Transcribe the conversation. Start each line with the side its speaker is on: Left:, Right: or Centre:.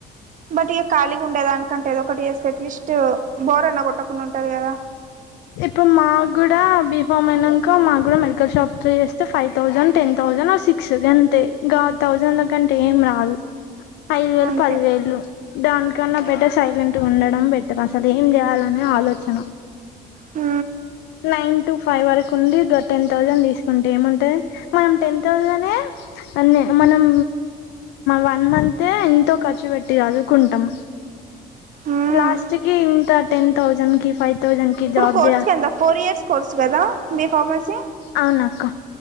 Right: బట్ ఇక ఖాళీ ఉండేదానికంటే ఏదోకటి చేస్తే అట్లీస్ట్ బోర్ అన్నా కొట్టకుండా ఉంటది గదా
Left: ఇప్పుడ్ మాగుడ్ ఇక బిఫామ్ అయినాంక మాకు గుడా మెడికల్ షాప్స్ లో చేస్తే ఫైవ్ థౌజండ్ టెన్ థౌసండ్ ఆ సిక్స్ గంతే ఇంకా థౌజండ్ల కంటే ఏం రాదు ఐదు వేలు
Right: అంతే
Left: పది వేల్లు దానికన్నా బెటర్ సైలెంట్ గా ఉండడం బెటర్ అసలు ఏం చేయాలనే ఆలోచన
Right: మ్
Left: నైన్ టు ఫైవ్ వరకు ఉండి ఇగో టెన్ థౌజండ్ తీసుకుంటే ఏముంటది మనం టెన్ థౌజనే అన్నే మనం వన్ మంతే ఎంతో ఖర్చు వెట్టి జదుకుంటాం
Right: మ్మ్
Left: లాస్ట్ కి ఇంత టెన్ థౌజండ్ కి ఫైవ్ థౌజండ్ కి
Right: ఇప్పుడు
Left: జాబ్
Right: కోర్స్
Left: జేయా
Right: కి ఎంత ఫోర్ ఇయర్స్ కోర్స్ గదా బీఫార్మసీ
Left: అవునక్క